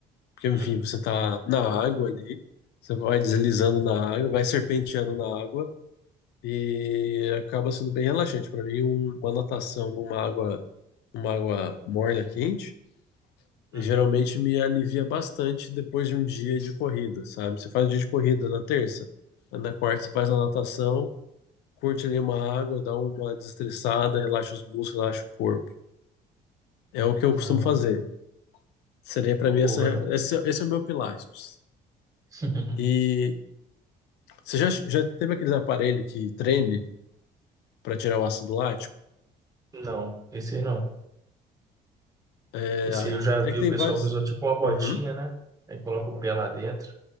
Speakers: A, on the left (about 80°); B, on the right (about 20°).
A: Porque, enfim,
B: hum,
A: você tá na água ali, você vai deslizando na água, vai serpenteando na água e acaba sendo bem relaxante. Para mim, um- uma natação numa água, numa água morna, quente, geralmente
B: hum.
A: me alivia bastante depois de um dia de corrida, sabe? Você faz um dia de corrida na terça, na quarta você faz a natação, curte ali uma água, dá uma desestressada, relaxa os músculos, relaxa o corpo. É o que eu costumo
B: Não,
A: fazer. Seria para
B: uma
A: mim
B: boa,
A: essa,
B: né?
A: esse, esse é o meu pilates.
B: <laughs>
A: E Você já, já teve aqueles aparelho que treme para tirar o ácido lático?
B: Não, esse aí não.
A: É,
B: Esse aí eu já vi
A: é que
B: o
A: tem
B: pessoal
A: vários.
B: que usou tipo uma botinha,
A: Uhum.
B: né? Aí coloca o pé lá dentro.